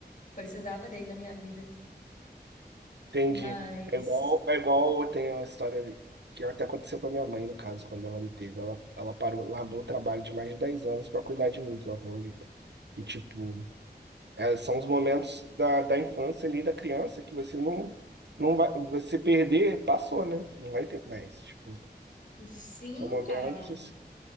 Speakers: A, on the left; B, on the right.
A: Precisava dele na minha vida.
B: Entendi.
A: Mas,
B: É igual, é igual eu tenho uma história ali, que até aconteceu com a minha mãe, no caso, quando ela me teve. Ela, ela parou, largou o trabalho de mais de 10 anos para cuidar de mim. que ela E, tipo, é, são os momentos da, da infância ali, da criança, que você não, não vai, você perder, passou, né? Não vai ter mais. Tipo,
A: sim,
B: são momentos.
A: cara.
B: assim,